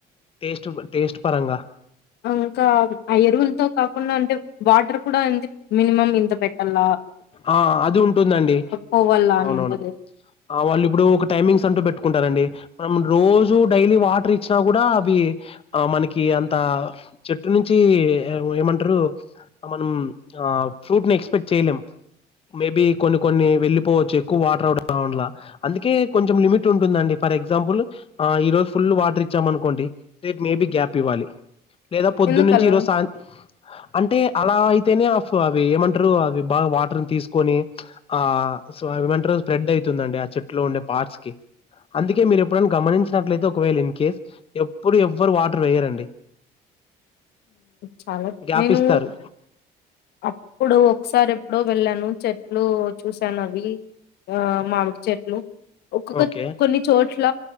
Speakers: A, on the left; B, on the left.
A: టేస్ట్ టేస్ట్ పరంగా
B: ఇంకా అయరువులతో కాకుండా అంటే వాటర్ కూడ ఏంది మినిమం ఇంత పెట్టాల
A: ఆ అది ఉంటుందండి
B: పోవల్ల అని
A: అవునవును
B: ఉంటది
A: ఆ వాళ్ళు ఇప్పుడు ఒక టైమింగ్స్ అంటూ పెట్టుకుంటారండి మనం రోజూ డైలీ వాటర్ ఇచ్చిన కూడా అవి ఆ మనకి అంత చెట్టు నుంచి ఏమంటారు మనం ఆ ఫ్రూట్ ని ఎక్స్పెక్ట్ చేయలేం మేబి కొన్ని కొన్ని వెళ్లిపోవచ్చు ఎక్కువ వాటర్ అవల అందుకే కొంచెం లిమిట్ ఉంటుందండి ఫర్ ఎగ్జాంపుల్ ఈ రోజు ఫుల్ వాటర్ ఇచ్చామ అనుకోండి రేట్ మేబి గ్యాప్ ఇవ్వాలి లేదా పొద్దున్న
B: ఎందుకలా
A: నుంచి ఈరోజు సాయ అంటే అలా అయి <unintelligible> అవి ఏమంటారు అవి బాగా వాటర్ తీసుకొని ఆ ఏమంటరూ స్ప్రెడ్ అవుతుందండి ఆ చెట్టులో ఉండే పార్ట్స్ కి అందుకే మీరు ఎప్పుడైనా గమనించినట్లయితే ఒకవేళ ఇన్ కేస్ ఎప్పుడు ఎవ్వరు వాటర్ వేయరండి
B: చాలా
A: గ్యాప్
B: నేను
A: ఇస్తారు.
B: అప్పుడు ఒకసారి ఎప్పుడో వెళ్ళాను చెట్లు చూసాను అవి ఆ మామిడి చెట్లు ఒక్కొక్క
A: ఓకే.
B: కొన్ని చోట్ల